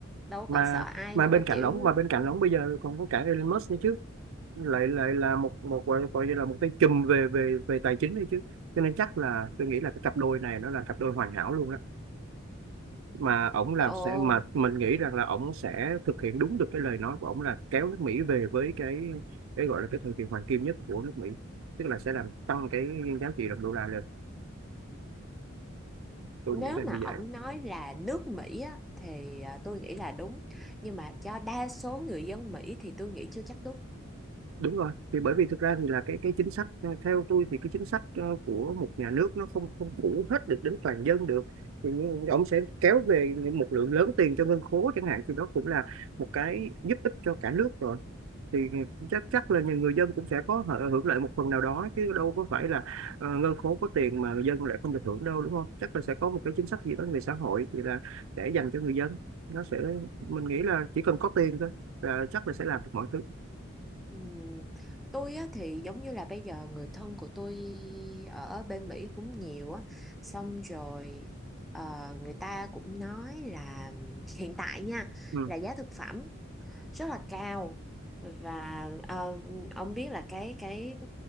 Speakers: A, in the centre; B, on the right.
A: đâu
B: mà
A: còn sợ ai
B: mà
A: nữa
B: bên cạnh
A: kiểu
B: ổng mà bên cạnh ổng bây giờ còn có cả Elon Musk nữa chứ lại lại là một một gọi gọi như là một cái chùm về về về tài chính đấy chứ cho nên chắc là tôi nghĩ là cái cặp đôi này nó là cặp đôi hoàn hảo luôn đó mà ổng làm
A: ồ
B: sẽ mà mình nghĩ rằng là ổng sẽ thực hiện đúng được cái lời nói của ổng là kéo nước Mỹ về với cái cái gọi là cái thời kỳ hoàng kim nhất của nước Mỹ tức là sẽ làm tăng cái giá trị đồng đô la lên tôi
A: nếu
B: nghĩ là như
A: mà ổng
B: vậy
A: nói là nước Mỹ á thì à, tôi nghĩ là đúng nhưng mà cho đa số người dân Mỹ thì tôi nghĩ chưa chắc đúng
B: đúng rồi thì bởi vì thực ra thì là cái cái chính sách ờ, theo tôi thì cái chính sách ờ, của một nhà nước nó không không phủ hết được đến toàn dân được thì như ông sẽ kéo về một lượng lớn tiền cho ngân khố chẳng hạn thì đó cũng là một cái giúp ích cho cả nước rồi thì chắc chắc là nhà người dân cũng sẽ có hở- hưởng lợi một phần nào đó chứ đâu có phải là ờ, ngân khố có tiền mà người dân lại không được hưởng đâu đúng không chắc là sẽ có một cái chính sách gì đó về xã hội thì là để dành cho người dân nó sẽ mình nghĩ là chỉ cần có tiền thôi là chắc là sẽ làm được mọi thứ
A: Ừm, tôi á thì giống như là bây giờ người thân của tôi ở bên Mỹ cũng nhiều á xong rồi ờ, người ta cũng nói là hiện tại nha
B: ừ
A: là giá thực phẩm rất là cao và ờ, ông biết là cái cái